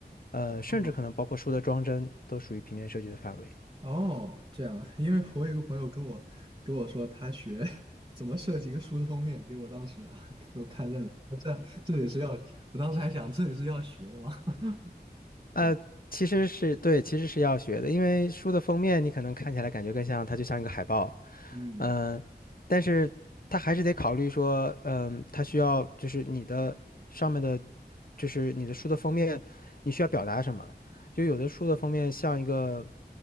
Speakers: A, on the left; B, on the right.
A: 呃，甚至可能包括书的装帧，
B: 哦
A: 都属于平面设计的范围。
B: 哦，这样，<laughs> 因为我有一个朋友跟我跟我说他学 <laughs> 怎么设计一个书的封面，给我当时啊，<laughs> 这这也是要，我当时还想这也是要学的吗？<laughs>
A: 呃，
B: 对，
A: 其实是对，其实是要学的，因为书的封面你可能看起来感觉更像，它就像一个海报，
B: 嗯。
A: 嗯、但是它还是得考虑说，嗯、它需要就是你的上面的，就是你的书的封面，你需要表达什么？就有的书的封面像一个，